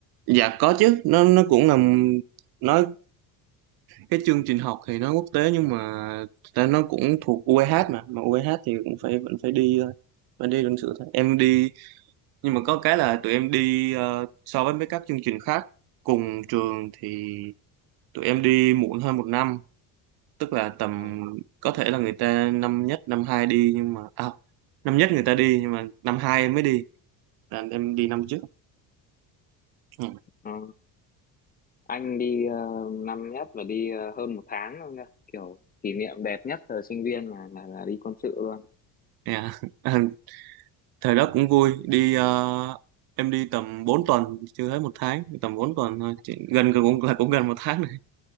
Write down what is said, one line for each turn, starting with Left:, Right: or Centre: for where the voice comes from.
Right: dạ có chứ nó nó cũng là nó cái chương trình học thì nó quốc tế nhưng mà ta nó cũng thuộc UEH mà mà UEH thì cũng phải vẫn phải đi thôi vẫn đi luận sự thôi em đi nhưng mà có cái là tụi em đi ờ, so với mấy các chương trình khác cùng trường thì tụi em đi muộn hơn một năm tức là tầm
Left: Ờ,
Right: có thể là người ta năm nhất năm hai đi nhưng mà à, năm nhất người ta đi nhưng mà năm hai em mới đi là em đi năm trước Ừ,
Left: ờ. anh đi ờ, năm nhất và đi ờ, hơn một tháng luôn nha kiểu kỷ niệm đẹp nhất thời sinh viên là là, là đi quân sự luôn
Right: yeah. <laughs> thời đó cũng vui đi ờ, em đi tầm bốn tuần chưa hết một tháng tầm 4 tuần thôi Chỉ- gần gần cũng là cũng gần một tháng này